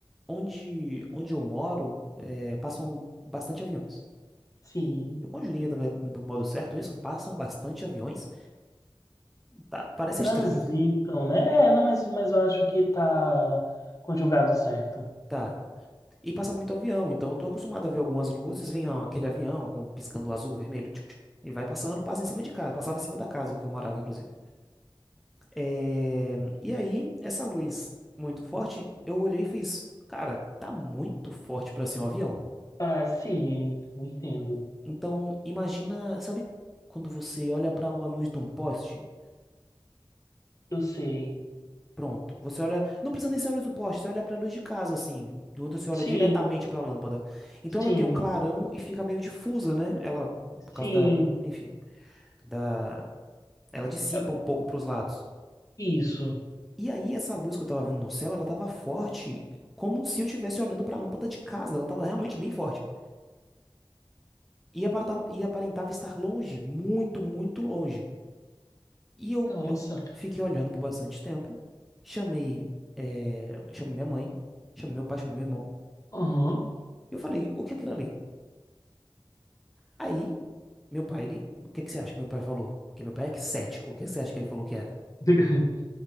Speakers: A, in the centre; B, on the left.
A: onde, onde eu moro, é, passam bastante aviões.
B: sim.
A: Eu conjuguei da ve- do modo certo isso? Passam bastante aviões? Tá, parece
B: Transitam,
A: estranho.
B: né? É, não, mas, mas eu acho que tá conjugado certo.
A: Tá, E passa muito avião, então eu tô acostumado a ver algumas luzes, vem ó, aquele avião com piscando azul, vermelho, tchuc, tchuc, e vai passando, passa em cima de casa, passava em cima da casa que eu morava, inclusive. É, E aí, essa luz muito forte, eu olhei e fiz, cara, tá muito forte pra ser um avião.
B: Para, sim, entendo.
A: Então, imagina, sabe quando você olha pra uma luz de um poste?
B: Eu sei.
A: Pronto, você olha, não precisa nem ser a luz do poste, você olha pra luz de casa, assim, quando você olha
B: Sim,
A: diretamente pra lâmpada. Então
B: sim,
A: ela tem um clarão e fica meio difusa, né? Ela, por causa
B: sim.
A: da, enfim. da, ela dissipa
B: É-
A: um pouco para os lados.
B: Isso.
A: E aí essa luz que eu tava vendo no céu, ela tava forte, como se eu estivesse olhando para a lâmpada de casa, ela tava realmente bem forte. E aparentava, e aparentava estar longe, muito, muito longe. E eu,
B: Nossa.
A: eu fiquei olhando por bastante tempo, chamei, eh, chamei minha mãe, chamei meu pai, chamei meu irmão.
B: Aham.
A: Eu falei, o que é aquilo ali? Aí, meu pai, ele, o que é que você acha que meu pai falou? Porque meu pai é cético, o que é que você acha que ele falou que era?
B: <laughs>